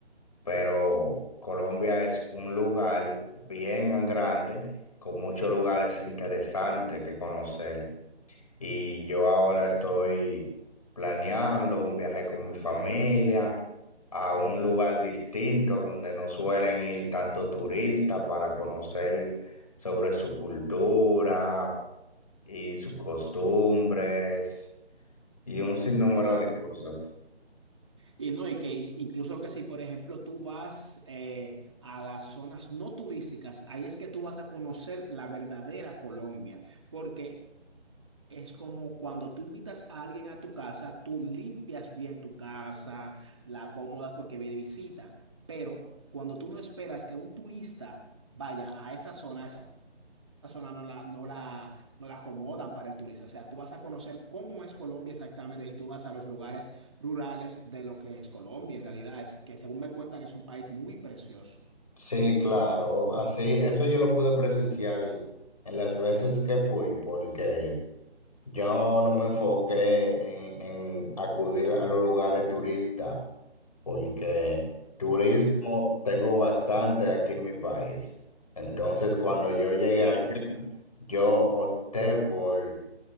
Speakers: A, on the left (about 35°); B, on the right (about 25°).
A: Pero Colombia es un lugar bien grande, con muchos lugares interesantes que conocer. Y yo ahora estoy planeando un viaje con mi familia a un lugar distinto donde no suelen ir tanto turistas para conocer sobre su cultura y sus costumbres y un sinnúmero
B: claro.
A: de cosas.
B: Y no, y que i- incluso que si, por ejemplo, tú vas eh, a las zonas no turísticas, ahí es que tú vas a conocer la verdadera Colombia, porque es como cuando tú invitas a alguien a tu casa, tú limpias bien tu casa, la acomodas porque viene visita, pero cuando tú no esperas que un turista vaya a esa zona, zona no la, no la, no la acomodan para el turista. O sea, tú vas a conocer cómo es Colombia exactamente y tú vas a los lugares rurales de lo que es Colombia. En realidad es que, según me cuentan, es un país muy precioso.
A: Sí, claro, así, eso yo lo pude presenciar en las veces que fui, porque yo no me enfoqué en, en acudir a los lugares turistas, porque turismo
B: Ok,
A: tengo bastante aquí en mi país. Entonces, cuando yo llegué
B: claro.
A: allá, yo opté por